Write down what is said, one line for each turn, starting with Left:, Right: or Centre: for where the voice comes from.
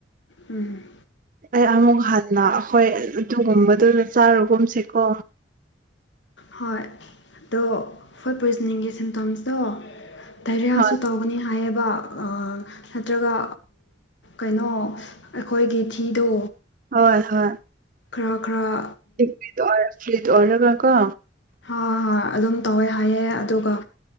Left: ꯎꯝ
Right: ꯑꯩ ꯑꯃꯨꯛ ꯍꯟꯅ ꯑꯈꯣꯏ ꯑꯗꯨꯒꯨꯝꯕꯗꯨ ꯆꯥꯔꯒꯨꯝꯁꯤꯀꯣ
Left: ꯍꯣꯏ ꯑꯗꯣ ꯐꯨꯗ ꯄꯣꯏꯖꯅꯤꯡꯒꯤ ꯁꯤꯝꯇꯣꯝꯁꯇꯣ ꯗꯥꯏꯔꯤꯌꯥꯁꯨ
Right: ꯍꯣꯏ
Left: ꯇꯧꯒꯅꯤ ꯍꯥꯏꯌꯦꯕ ꯅꯠꯇ꯭ꯔꯒ ꯀꯩꯅꯣ ꯑꯩꯈꯣꯏꯒꯤ ꯊꯤꯗꯣ
Right: ꯍꯣꯏ ꯍꯣꯏ
Left: ꯈꯔ ꯈꯔ
Right: ꯑꯦ ꯐ꯭ꯠ ꯐ꯭ꯔꯤꯠ ꯑꯣꯢꯔꯒꯀꯣ
Left: ꯍꯣꯏ ꯍꯣꯏ ꯑꯗꯨꯝ ꯇꯧꯋꯦ ꯍꯥꯏꯌꯦ ꯑꯗꯨꯒ